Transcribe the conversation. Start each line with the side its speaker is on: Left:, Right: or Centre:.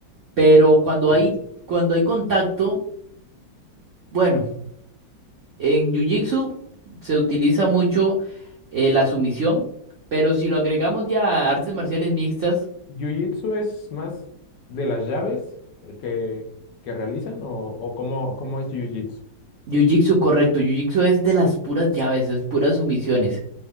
Right: pero cuando
Left: sí,
Right: hay, cuando hay contacto, bueno, en Jiu-Jitsu se utiliza mucho eh, la sumisión, pero si lo agregamos ya a artes marciales mixtas,
Left: ¿Jiu-Jitsu es más de las llaves eh, que, que realizan o, o cómo, cómo es Jiu-Jitsu?
Right: Jiu-Jitsu, correcto. Jiu-Jitsu es de las puras llaves, es puras sumisiones.